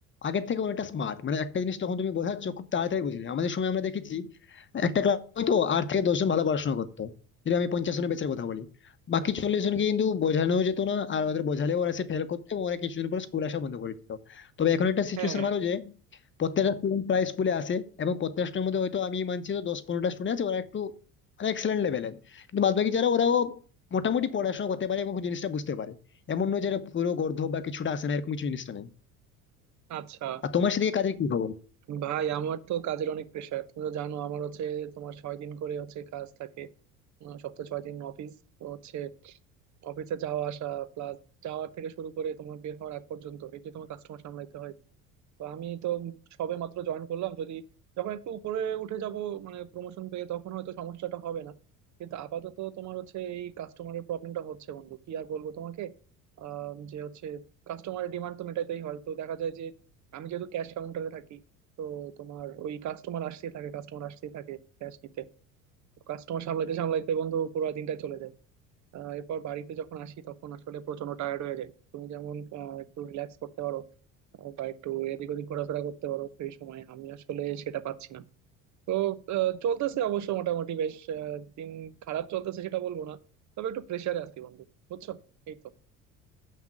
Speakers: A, on the left; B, on the right.
A: আগের থেকে অনেকটা স্মার্ট মানে একটা জিনিস তখন তুমি বোঝাচ্ছ খুব তাড়াতাড়ি বুঝে নেয়। আমাদের সময় আমরা দেখেছি একটা ক্লাস হয়তো আট থেকে দশজন ভালো পড়াশোনা করতো যদি আমি পঞ্চাশ জনের ব্যাচের কথা বলি বাকি চল্লিশ জনকে কিন্তু বোঝানো যেত না আর ওদের বোঝালেও ওরা সে ফেল করতো এবং ওরা কিছুদিন পর স্কুল আসা বন্ধ করে দিত তবে এখন একটা সিচুয়েশন
B: হ্যাঁ
A: ভালো যে প্রত্যেকটা স্টুডেন্ট প্রায় স্কুলে আসে এবং প্রত্যেকটা স্টুডেন্টের মধ্যে হয়তো আমি মানছি তো দশ পনেরোটা স্টুডেন্ট আছে ওরা একটু মানে এক্সেলেন্ট লেভেলের কিন্তু বাদবাকি যারা ওরাও মোটামুটি পড়াশোনা করতে পারে এবং জিনিসটা বুঝতে পারে এমন নয় যে এটা পুরো গর্ধব বা কিছুটা আসে না এরকম কিছু জিনিসটা নেই
B: আচ্ছা
A: আর তোমার সেদিকে কাজের কি খবর
B: ভাই আমার তো কাজের অনেক প্রেশার তুমি তো জানো আমার হচ্ছে তোমার ছয় দিন করে হচ্ছে কাজ থাকে আহ, সপ্তাহে ছয় দিন অফিস তো হচ্ছে অফিসে যাওয়া আসা প্লাস যাওয়ার থেকে শুরু করে তোমার বের হওয়ার আগ পর্যন্ত এই যে তোমার কাস্টমার সামলাইতে হয় তো আমি তো সবে মাত্র জয়েন করলাম যদি যখন একটু উপরে উঠে যাব মানে প্রমোশন পেয়ে তখন হয়তো সমস্যাটা হবে না কিন্তু আপাতত তোমার হচ্ছে এই কাস্টমারের প্রবলেমটা হচ্ছে বন্ধু কি আর বলবো তোমাকে আহ, যে হচ্ছে কাস্টমারের ডিমান্ড তো মেটাইতেই হয় তো দেখা যায় যে আমি যেহেতু ক্যাশ কাউন্টারে থাকি তো তোমার ওই কাস্টমার আসতেই থাকে কাস্টমার আসতেই থাকে ক্যাশ নিতে কাস্টমার সামলাইতে সামলাইতে বন্ধু পুরো দিনটা চলে যায় আহ এরপর বাড়িতে যখন আসি তখন আসলে প্রচন্ড টায়ার্ড হয়ে যায় তুমি যেমন আহ, একটু রিল্যাক্স করতে পারো আহ, বা একটু এদিক ওদিক ঘোরাফেরা করতে পারো সেই সময় আমি আসলে সেটা পাচ্ছি না তো আহ, চলতেছে অবশ্য মোটামুটি বেশ আহ, দিন খারাপ চলতেছে সেটা বলবো না তবে একটু প্রেসারে আছি বন্ধু বুঝছো এই তো